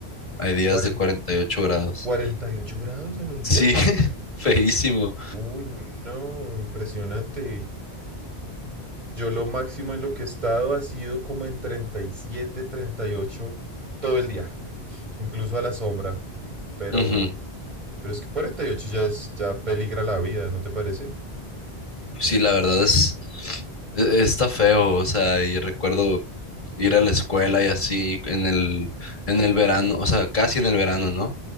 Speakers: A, on the left (about 50°); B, on the right (about 45°).
A: Hay días
B: Cuaren-
A: de 48 grados.
B: ¿48 grados en un
A: Sí,
B: día?
A: <laughs> feísimo.
B: Uy, no, impresionante. Yo lo máximo en lo que he estado ha sido como en treinta treinta y siete, treinta y ocho todo el día, incluso a la sombra, pero...
A: Ujú.
B: Pero es que 48 ya es, ya peligra la vida, ¿no te parece?
A: Sí, la verdad es, e- está feo, o sea, y recuerdo ir a la escuela y así en el, en el verano, o sea, casi en el verano, ¿no?